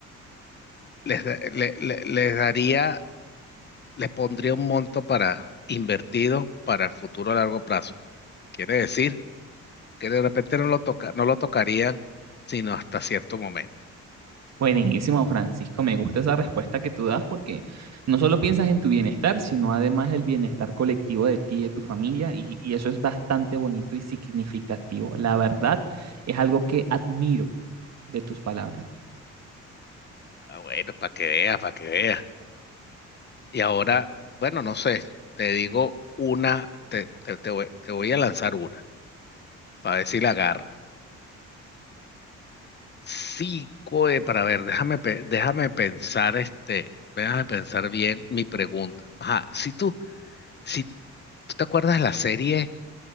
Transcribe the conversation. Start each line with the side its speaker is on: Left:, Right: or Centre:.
Left: les, da- le- le- les daría, les pondría un monto para invertido para el futuro a largo plazo. Quiere decir que de repente no lo toca, no lo tocarían sino hasta cierto momento.
Right: Buenísimo, Francisco. Me gusta esa respuesta que tú das porque no solo piensas en tu bienestar, sino además el bienestar colectivo de ti y de tu familia. Y, y eso es bastante bonito y significativo. La verdad, es algo que admiro de tus palabras.
Left: Ah, bueno, para que vea, para que vea. Y ahora, bueno, no sé, te digo una, te, te- te voy, te voy a lanzar una, para ver si la agarra. Sí, coe, para ver, déjame, pe- déjame pensar, este, déjame pensar bien mi pregunta. Ajá, si tú, si tú te acuerdas de la serie,